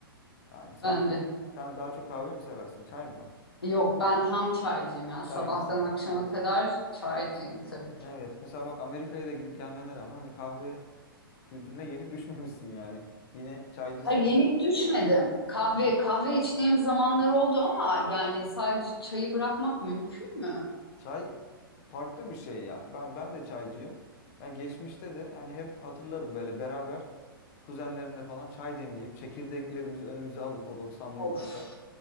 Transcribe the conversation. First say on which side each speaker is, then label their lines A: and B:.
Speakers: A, on the left (about 40°); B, on the left (about 85°).
A: Yani sen
B: Ben de.
A: sen daha çok kahve mi seversin? Çay mı?
B: Yok ben tam çaycıyım yani sabahtan
A: Çaycısın.
B: akşama
A: Evet.
B: kadar çaycıyım tabii.
A: Evet. Mesela bak Amerika'ya da gidip gelmene rağmen hani kahve kültürüne yenik <laughs> düşmemişsin yani. Yine çaycısın.
B: Hayır yenik düşmedim. Kahve
A: Hı hı.
B: kahve içtiğim zamanlar oldu ama yani sadece çayı bırakmak mümkün mü?
A: Çay farklı bir şey ya. Ben ben de çaycıyım. Yani geçmişte de yani hep hatırlarım böyle beraber kuzenlerimle falan çay demleyip çekirdeklerimizi önümüze alıp o 90'lı
B: Of.
A: yıllarda